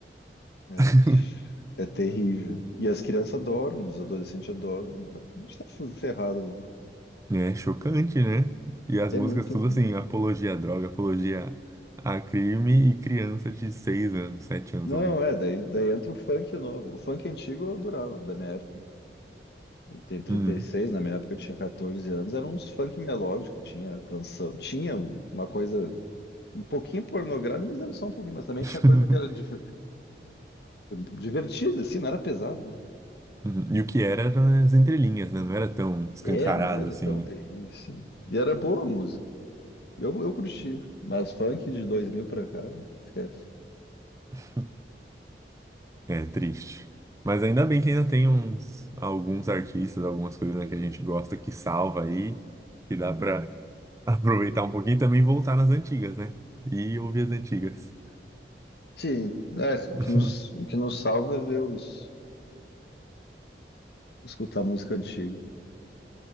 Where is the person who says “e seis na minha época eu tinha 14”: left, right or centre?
Left